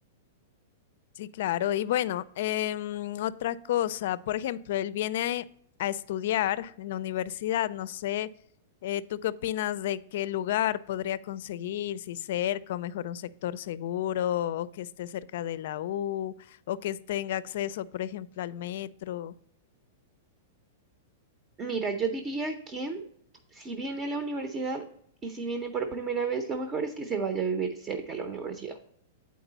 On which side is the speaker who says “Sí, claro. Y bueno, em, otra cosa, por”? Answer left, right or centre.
Left